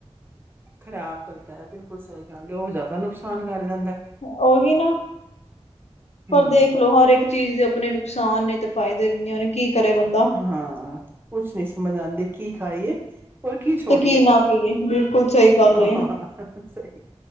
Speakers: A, on the right; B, on the left.
A: ਖ਼ਰਾਬ ਕਰਦਾ ਹੈ। ਬਿਲਕੁਲ ਸਹੀ ਗੱਲ ਉਹ ਜ਼ਿਆਦਾ ਨੁਕਸਾਨ ਕਰ ਜਾਂਦਾ।
B: ਉਹੀ ਨਾ
A: ਹਮ
B: ਪਰ ਦੇਖਲੋ ਹਰ ਇੱਕ ਚੀਜ਼ ਦੇ ਉਪ ਆਪਣੇ ਨੁਕਸਾਨ ਨੇ ਤੇ ਫਾਇਦੇ ਉਹ ਕੀ। ਕਰੇ ਬੰਦਾ
A: ਹਾਂ! ਕੁਛ ਨੀ ਸਮਝ ਆਂਦੀ। ਕੀ ਖਾਈਏ ਔਰ ਕੀ ਛੋੜੀਏ
B: ਤੇ ਨਾ ਪੀਏ ਬਿਲਕੁਲ ਸਹੀ ਗੱਲ
A: ਸਹੀ!
B: ਏ